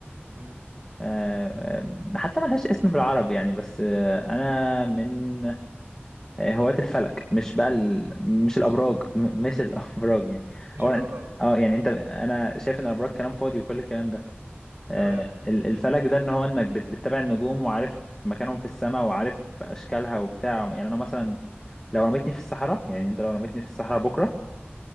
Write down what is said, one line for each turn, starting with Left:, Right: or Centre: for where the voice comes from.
Right: امم
Left: آه، آه، حتى ملهاش اسم بالعربي يعني بس آه، انا من آه، هواة الفلك مش بقى ال... مش الابراج م- مش <laughs> الابراج يعني
Right: مش
Left: اولا
Right: الأبراج
Left: انت اه يعني انت انا شايف ان الابراج كلام فاضي وكل الكلام ده آه،
Right: تمام
Left: ال- الفلك ده ان هو انك بت- بتتابع النجوم وعارف مكانهم في السماء وعارف اشكالها وبتاع يعني انا مثلا لو رميتني في الصحراء يعني انت لو رميتني في الصحراء بكره